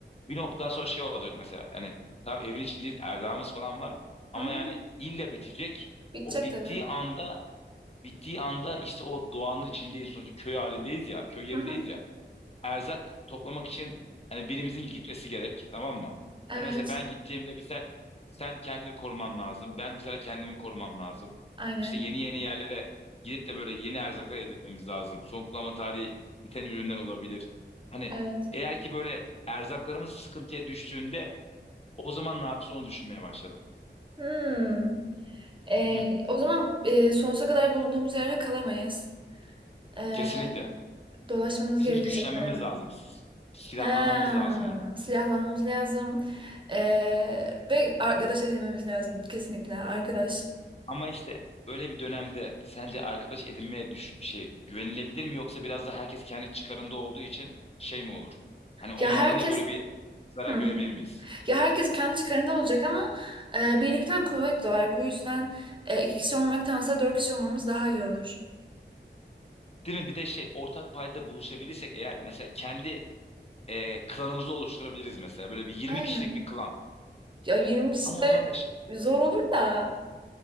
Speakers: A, on the left; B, on the right.
A: Bir noktadan sonra şey olacak mesela. Hani tamam evin içindeyiz erdağımız falan var.
B: Hı
A: Ama
B: hı.
A: yani illa bitecek.
B: Bitecek
A: O bittiği
B: tabii.
A: anda Bittiği anda işte o doğanın içindeyiz sonuçta köy halindeyiz ya, köy yerindeyiz
B: Hı hı.
A: ya. Erzak toplamak için hani birimizin gitmesi gerek, tamam mı?
B: Evet.
A: Hani mesela ben gittiğimde misal sen kendini koruman lazım. Ben dışarı kendimi korumam lazım.
B: Aynen.
A: İşte yeni yeni yerlere gidip de böyle yeni erzaklar elde etmemiz lazım. Son kullanma tarihi biten ürünler olabilir. Hani
B: Evet.
A: eğer ki böyle erzaklarımız sıkıntıya düştüğünde o zaman ne yapacağız onu düşünmeye başladım.
B: Hmm. Ee,
A: Hı hı.
B: o zaman e, sonsuza kadar bulunduğumuz yerde kalamayız. Ee,
A: Kesinlikle.
B: dolaşmamız
A: Bizim
B: gerekecek
A: güçlenmemiz
B: bayağı.
A: lazım. Silahlanmamız
B: Ha,
A: lazım
B: silahlanmamız lazım. Ee, ve arkadaş edinmemiz lazım kesinlikle arkadaş.
A: Ama işte öyle bir dönemde sence arkadaş edinmeye düş şey güvenilebilir mi yoksa biraz da herkes kendi çıkarında olduğu için şey mi olur? Hani onlardan
B: Ya herkes
A: da böyle bir zarar
B: Hı.
A: görebilir miyiz?
B: Ya herkes kendi çıkarında olacak ama e, birlikten kuvvet doğar. Bu yüzden e, iki kişi olmaktansa dört kişi olmamız daha iyi olur.
A: Değil mi? Bir de şey ortak payda buluşabilirsek eğer mesela kendi e, klanımızı oluşturabiliriz mesela böyle bir 20
B: Aynen.
A: kişilik bir klan.
B: Ya 20 kişi
A: Ama
B: de
A: o zaman da şey,
B: zor olur da.